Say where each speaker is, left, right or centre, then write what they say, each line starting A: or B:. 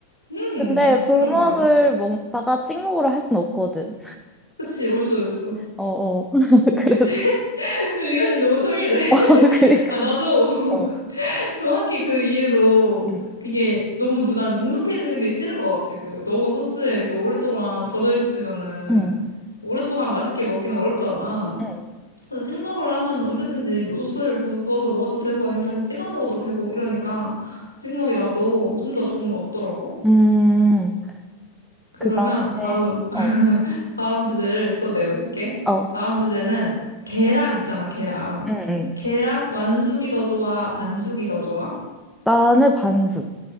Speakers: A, on the left; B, in the centre.
A: 음,
B: 근데 부먹을
A: 그럼, 그럼.
B: 먹다가 찍먹으로 할 순 없거든.
A: 그치, 옳소, 옳소.
B: 어, 어. <laughs>
A: <laughs>
B: 그래서,
A: 그치? 의견이 너무 통일돼.
B: <laughs> 어, 그니까.
A: 아, 나도 <laughs>
B: 어.
A: 정확히 그 이유로
B: 응,
A: 그게 너무 눈, 난 눅눅해지는 게 싫은 것 같아. 그 너무 소스에 이렇게 오랫동안 젖어 있으면은
B: 응.
A: 오랫동안 맛있게 먹기는 어렵잖아.
B: 응.
A: 그래서 찍 먹으러 하면 언제든지 뭐 소스를 부어서 먹어도 되고 아니면 다시 찍어 먹어도 되고 이러니까 찍 먹이 나도 좀 더 좋은 것 같더라고.
B: 음.
A: 그러면
B: 그 다음에,
A: 다음,
B: 어,
A: 다음 주제를 또 내볼게.
B: 어.
A: 다음 주제는 계란 있잖아, 계란.
B: 응, 응.
A: 계란 완숙이 더 좋아, 반숙이 더 좋아?
B: 나는 반숙.